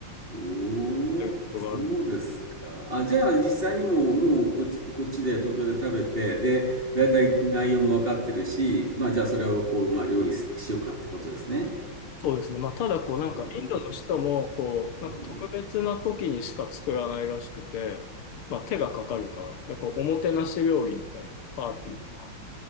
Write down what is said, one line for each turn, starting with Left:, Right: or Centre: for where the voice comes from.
Right: おー、
Left: ということがあるんで。
Right: あそうですか。あ、じゃあ実際にもう、もうこっち、こっちで東京で食べて、で、だいたい内容も分かってるし、まあじゃあそれをこう、まあ料理ししようかってことですね。
Left: そうですね。まあ、ただ、こう、
Right: うん。
Left: なんか、インドの人も、こう、なんか特別な時にしか作らないらしくて、
Right: うん
Left: まあ、手がかかるから、で、こう、おもてなし料理みたいなパーティーとか